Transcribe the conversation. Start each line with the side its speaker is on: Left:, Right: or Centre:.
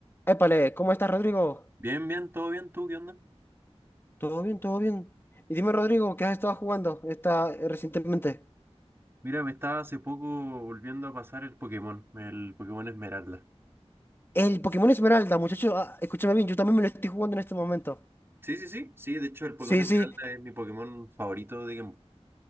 Left: Épale, ¿cómo estás, Rodrigo?
Right: Bien, bien, todo bien, ¿tú qué onda?
Left: Todo bien, todo bien. Y dime, Rodrigo, ¿qué has estado jugando esta, eh, recientemente?
Right: Mira, me estaba hace poco volviendo a pasar el Pokémon, el Pokémon Esmeralda.
Left: El Pokémon Esmeralda, muchachos, escúchame bien, yo también me lo estoy jugando en este momento.
Right: Sí, sí, sí, sí, de hecho el Pokémon
Left: Sí,
Right: Esmeralda
Left: sí,
Right: es mi Pokémon favorito de Game Boy.